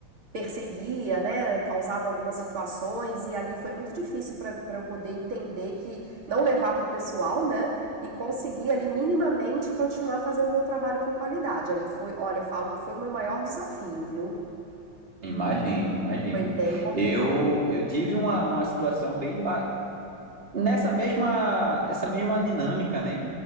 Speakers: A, on the right; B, on the right.
A: perseguia, né, causava algumas situações e ali foi muito difícil para para eu poder entender que não levar para o pessoal, né, e conseguir ali minimamente continuar a fazer o meu trabalho com qualidade. Ali foi, olha, eu falo que foi o meu maior desafio, viu?
B: Imagine, imagine.
A: Foi bem complicado.
B: Eu, eu tive uma, uma situação bem, pa- nessa mesma, nessa mesma dinâmica, né?